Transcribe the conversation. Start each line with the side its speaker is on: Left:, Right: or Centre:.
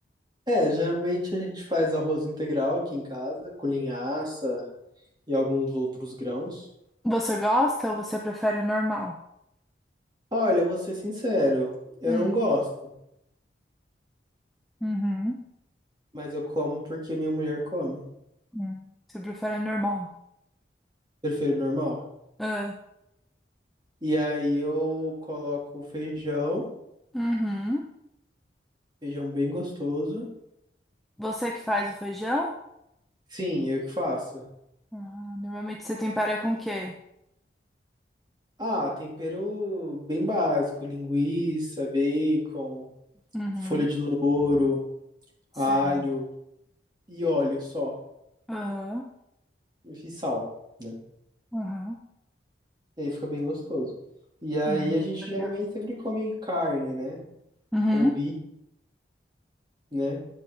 Right: É, geralmente a gente faz arroz integral aqui em casa, com linhaça e alguns outros grãos.
Centre: Você gosta ou você prefere o normal?
Right: Olha, eu vou ser sincero, eu
Centre: Hum,
Right: não gosto.
Centre: uhum,
Right: mas eu como porque minha mulher come.
Centre: hum. Você prefere o normal?
Right: Prefiro normal.
Centre: Ah,
Right: E aí eu coloco feijão,
Centre: uhum.
Right: feijão bem gostoso.
Centre: Você que faz o feijão?
Right: Sim, eu que faço.
Centre: Ah, normalmente você tempera com o quê?
Right: Ah, tempero bem básico, linguiça, bacon,
Centre: Uhum,
Right: folha de louro,
Centre: sei.
Right: alho e óleo só,
Centre: Aham,
Right: e sal, né?
Centre: aham.
Right: E aí fica bem gostoso. E aí
Centre: Uhum,
Right: a gente
Centre: legal.
Right: geralmente sempre come carne, né?
Centre: Uhum,
Right: Ou bife, né?